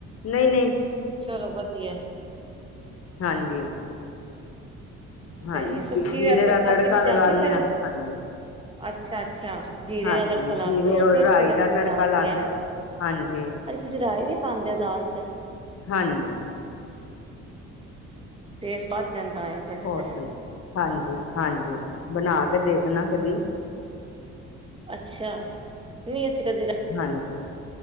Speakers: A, on the left; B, on the right.
A: ਨਈ-ਨਈ
B: ਚਲੋ ਵਧੀਐ
A: ਹਾਂਜੀ। ਹਾਂਜੀ
B: ਸਈ ੲੈ, ਸੁੱਕੀ
A: ਜੀਰੇ
B: ਵੈਸੇ
A: ਦਾ
B: ਖਾਦੀ
A: ਤੜਕਾ
B: ਨੀ
A: ਲਗਾਨੇ
B: ਜਾਂਦੀ ਪਰ,
A: ਆ ਹਾਂਜੀ
B: ਅੱਛਾ-ਅੱਛਾ ਜੀਰੇ
A: ਹਾਂਜੀ
B: ਦਾ ਤੜਕਾ ਲਾ
A: ਜੀਰੇ
B: ਕੇ ਤੇ ਹੋ
A: ਔਰ
B: ਟੇਸਟੀ
A: ਰਾਈ
B: ਲੱਗਦੀ
A: ਦਾ ਤੜਕਾ
B: ਦਾਲ
A: ਲਾਨੇ
B: ਤੇ ਐ ਵਾਲੇ
A: ਆ ਹਾਂਜੀ
B: ਤੁਸੀਂ ਰਾਏ ਵੀ ਪਾਦੇ ਓ ਦਾਲ ਚ।
A: ਹਾਂਣ।
B: ਟੇਸਟ ਵੱਧ ਜਾਂਦਾ ਆ ਫਿਰ
A: ਫੋਰਸੇਲ,
B: ਤੇ
A: ਹਾਂਜੀ, ਹਾਂਜੀ, ਬਣਾ ਕੇ ਦੇਖਣਾ ਕਦੀ
B: ਅੱਛਾ, ਨਈ ਅਸੀਂ ਕਦੇ
A: ਹਾਂਜੀ।